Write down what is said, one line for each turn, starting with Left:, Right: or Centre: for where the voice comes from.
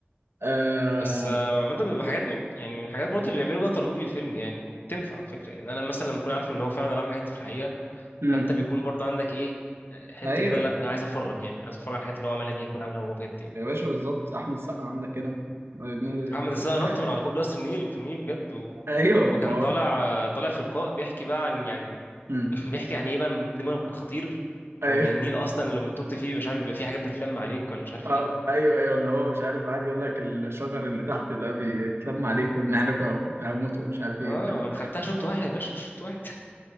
Right: آه...
Left: بس آه، عامه بيبقى حاجات من- يعني من الحاجات برضه اللي بيعملوا بقى ترويج للفيلم يعني وبتنفع على فكره يعني انا مثلا لما اكون عارف ان هو فعلا عمل الحاجات دي في الحقيقه
Right: مم.
Left: فانت بيكون برضه عندك ايه آه، حته
Right: ايوه
Left: كده لا ده انا عايز اتفرج يعني عايز اتفرج على الحاجات اللي هو عملها دي يكون عاملها هو بجد يعني
Right: يا باشا بالظبط احمد السقا عندك هنا <laughs>
Left: احمد السقا نط من على كوبري قصر النيل في النيل بجد و...
Right: ايوه
Left: وكان
Right: ما
Left: طالع
Right: هو
Left: آه، طالع في لقاء بيحكي بقى عن يعني
Right: مم.
Left: <laughs> بيحكي عن ايه بقى إن دماغه كان خطير
Right: ايوه
Left: وان النيل اصلا لما تنط فيه مش عارف بيبقى فيه حاجات بتلم عليك ولا مش عارف
Right: اه
Left: ايه
Right: ايوه ايوه اللي هو مش عارف قاعد يقول لك الشجر اللي تحت ده بيتلم عليك وان احنا كو- كنت هموت ومش عارف ايه
Left: اه
Right: والكلام
Left: خدتها شوط واحد يا باشا شوط واحد <laughs>